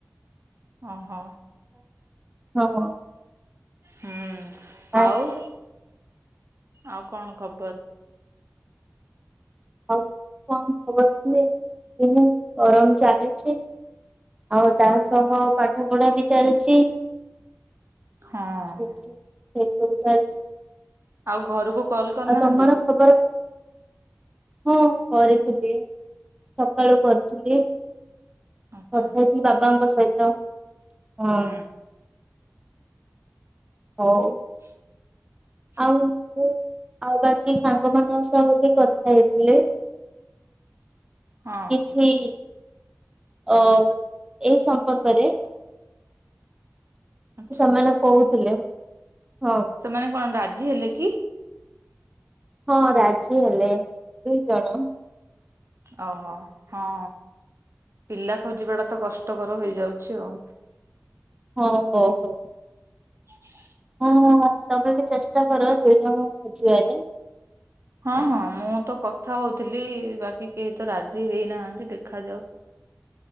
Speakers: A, on the right (about 55°); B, on the right (about 15°).
A: ଓହୋ
B: ହଁ <inaudible>
A: ହୁଁ!
B: ନାଇଁ,
A: ଆଉ ଆଉ କଣ ଖବର?
B: ଆଉ କଣ ଖବର କିଏ ହେଁ ଗରମ ଚାଲିଛି। ଆଉ ତା ସହ ପାଠ ପଢା ବି ଚାଲିଚି।
A: ହଁ
B: <unintelligible> ଚାଲିଛି
A: ଆଉ ଘରକୁ କଲ୍ କରିନାହାନ୍ତି
B: ଆଉ ତମର ଖବର ହଁ କରିଥିଲି। ସକାଳୁ କରିଥିଲି
A: ଆଛା
B: କଥା ହେଇଥିଲି ବାବାଙ୍କ ସହିତ। ହଁ
A: ହୁଁ
B: ହଉ
A: <unintelligible>
B: ଆଉ ମୁଁ ଆଉ ବାକି ସାଙ୍ଗ ମାନଙ୍କ ସହ ବି କଥା ହେଇଥିଲେ।
A: ହଁ
B: କିଛି ଅ ଏଇ ସମ୍ପର୍କରେ!
A: ଆଛା
B: ସେମାନେ କହୁଥିଲେ ହଁ।
A: ସେମାନେ କଣ ରାଜି ହେଲେ କି?
B: ହଁ ରାଜି ହେଲେ, ଦୁଇ ଜଣ।
A: ଓହୋ ହଁ ପିଲା ଖୋଜିବା ଟା ତ କଷ୍ଟକର ହେଇଯାଉଛି ଆଉ।
B: ହଁ ହଉ ହଉ।
A: <unintelligible>
B: ହଁ ହଁ ହଁ ତମେ ବି ଚେଷ୍ଟା କର ଦୁଇ ଜଣ ଖୋଜିବାରେ।
A: ହଁ ହଁ ମୁଁ ତ କଥା ହଉଥିଲି, ବାକି କେହି ତ ରାଜି ହେଇନାହାନ୍ତି। ଦେଖାଯାଉ